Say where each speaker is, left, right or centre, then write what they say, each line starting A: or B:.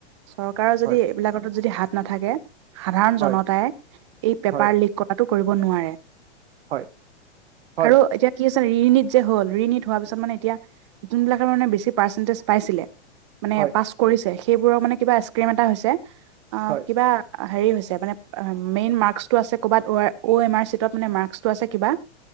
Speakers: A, on the right (about 25°); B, on the right (about 65°).
A: চৰকাৰৰ যদি
B: হয়
A: এইবিলাকটো যদি হাত- নাথাকে সাধাৰণ
B: হয়
A: জনতাই, এই পেপাৰ
B: হয়
A: লিক কটাটো কৰিব নোৱাৰে।
B: হয় হয়
A: আৰু এতিয়া- কি আছে ৰিণীট যে হ'ল, ৰিণীট হোৱাৰ পিছত মানে এতিয়া যোনবিলাকে মানে বেছি পাৰ্চেণ্টেজ পাইছিলে- মানে
B: হয়
A: পাছ কৰিছে, সেইবোৰৰ মানে কিবা স্ক্ৰীম এটা হৈছে। অ'
B: হয়
A: কিবা হেৰি হৈছে মানে মেইন মাৰ্কছটো আছে ক'বাত উৱে উয়েমাৰ চিটত মানে মাৰ্কটো আছে কিবা।